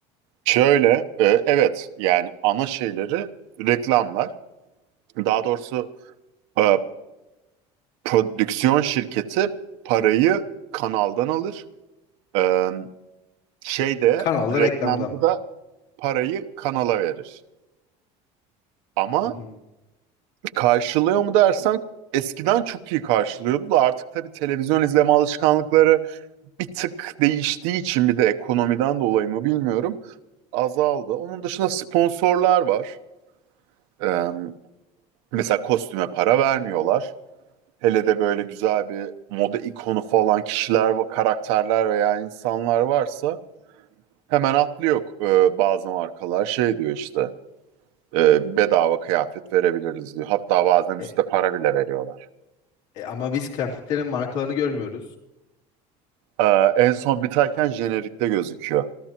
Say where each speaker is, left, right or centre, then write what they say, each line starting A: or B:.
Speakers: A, on the right (about 80°); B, on the left (about 75°).
A: Şöyle, e, evet yani ana şeyleri reklamlar. Daha doğrusu e, prodüksiyon şirketi parayı kanaldan alır. E, şey de
B: Kanalda
A: reklamcı
B: reklamdan.
A: da parayı kanala verir. Ama
B: Hı hı.
A: Karşılıyor mu dersen eskiden çok iyi karşılıyordu da artık tabii televizyon izleme alışkanlıkları bir tık değiştiği için bir de ekonomiden dolayı mı bilmiyorum azaldı. Onun dışında sponsorlar var. Ee, mesela kostüme para vermiyorlar. Hele de böyle güzel bir moda ikonu falan kişiler, karakterler veya insanlar varsa hemen atlıyor e, bazı markalar şey diyor işte e, bedava kıyafet verebiliriz diyor. Hatta bazen üstte
B: E,
A: para bile veriyorlar.
B: e, ama biz kıyafetlerin markalarını görmüyoruz.
A: Ee, en son biterken jenerikte gözüküyor.